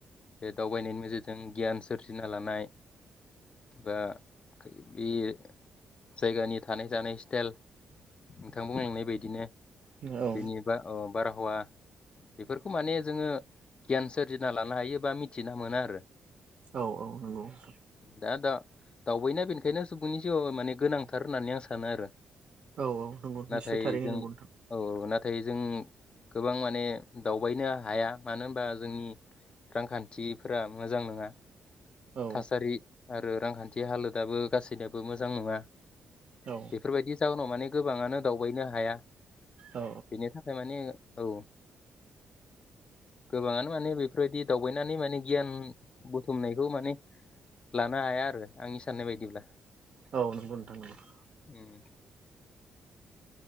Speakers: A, on the left (about 40°); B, on the right (about 55°).
A: बे दावबायनायनि नोेजोरजों गियान सोरजिना लानाय बा बे जायगानि थानाय जानाय स्टाइल नोंथां बुंलांनाय बायदिनो
B: औ
A: बेनि बा ओ बारहावा बेफोरखौ माने जोंङो गियान सोरजिना लानो हायो बा मिथिना मोना आरो
B: औ औ नंगौ नोंथां
A: दा दा दावबायनाया बेनिखायनो सुबुंनि जिउयाव माने गोनांथार होननानै आं सानो आरो
B: औ औ नंगौ
A: नाथाय
B: निस्सय थारैनो
A: जों
B: नोंगौ नोंथां
A: औ नाथाय जों गोबां माने दावबायनो हाया मानो होनबा जोंनि रांखान्थिफोरा मोजां नोङा।
B: औ
A: थासारि आरो रांखान्थि हालोदाबो गासैनाबो मोजां नङा।
B: औ
A: बेफोरबायदि जाहोनाव माने गोबाङानो दावबायनो हाया
B: औ
A: बेनि थाखाय माने औ गोबाङानो माने बेफोरबायदि दावबायनानै माने गियान बुथुमनायखौ माने लानो हाया आरो आंनि स साननाय बायदिब्ला
B: औ नंगौ नोंथां नों <inaudible>
A: उम